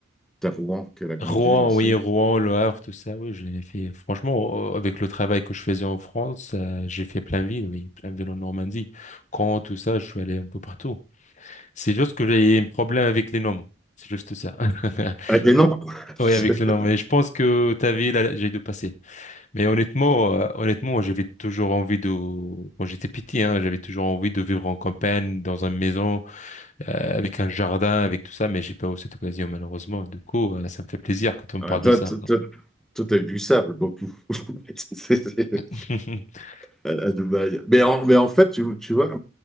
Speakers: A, in the centre; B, on the left.
A: T'as Rouen, qui est la grande
B: Rouen,
A: ville aussi.
B: oui, Rouen, Le Havre, tout ça. Oui, j'ai fait. Franchement, euh, avec le travail que je faisais en France, euh, j'ai fait plein de villes, oui, plein de villes en Normandie. Caen, tout ça, je suis allé un peu partout. C'est juste que j'ai un problème avec les noms. C'est juste ça. <laughs>
A: Avec les noms. <laughs>
B: Oui, avec les noms. Mais je pense que ta vie, là, j'ai dû passer. Mais honnêtement, euh, honnêtement, j'avais toujours envie de, quand j'étais petit, hein, j'avais toujours envie de vivre en campagne, dans une maison, euh, avec un jardin, avec tout ça. Mais j'ai pas eu cette occasion, malheureusement. Du coup, euh, ça me fait plaisir quand on me
A: Ah,
B: parle
A: Toi,
B: de ça.
A: toi, toi, toi, t'as eu du sable beaucoup <laughs> C'est- c'est-
B: <laughs>
A: à à Dubaï. Mais en, mais en fait, tu, tu vois,